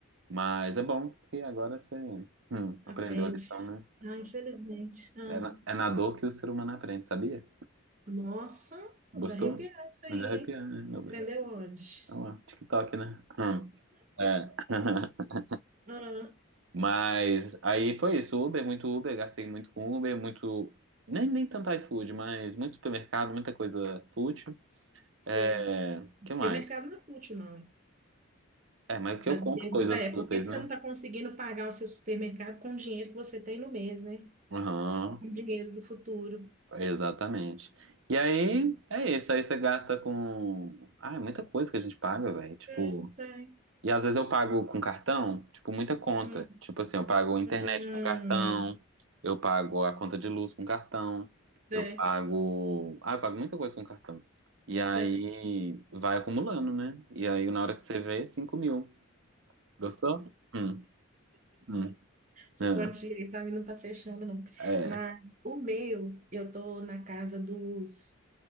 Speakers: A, on the right; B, on the right.
A: Mas é bom que agora você hum,
B: aprende.
A: aprendeu a lição, né?
B: Ah, infelizmente. Ah,
A: É, é é na, é na dor que o ser humano aprende, sabia?
B: nossa,
A: Gostou?
B: de arrepiar isso aí,
A: Melhor
B: hein?
A: arrepiar, né, meu bem?
B: Aprendeu onde?
A: Olha lá, TikTok, né? Hum. É. <laughs>
B: Ah,
A: Mas aí foi isso, Uber, muito Uber, gastei muito com Uber, muito. Nem, nem tanto iFood, mas muito supermercado, muita coisa fútil.
B: sei.
A: É.
B: Supermercado
A: que mais?
B: não é fútil, não.
A: É, mas o que
B: Mas
A: eu compro
B: a pergunta
A: coisas
B: é,
A: fúteis,
B: por que que
A: né?
B: você não está conseguindo pagar o seu supermercado com o dinheiro que você tem no mês, né?
A: Aham,
B: Só com o dinheiro do futuro.
A: exatamente. E aí é isso, aí você gasta com. Ah, é muita coisa que a gente paga, velho. Tipo.
B: Sei, sei.
A: E às vezes eu pago com cartão, tipo, muita conta.
B: Hum,
A: Tipo assim, eu pago internet
B: hum,
A: com cartão, eu pago a conta de luz com cartão,
B: sei.
A: eu pago. Ah, eu pago muita coisa com cartão. E
B: Boto
A: aí
B: fé.
A: vai acumulando, né? E aí na hora que você vê, cinco mil. Gostou? Hum, hum.
B: Essa
A: É.
B: quantia aí pra mim não tá fechando, não.
A: É.
B: Mas o meu, eu tô na casa dos.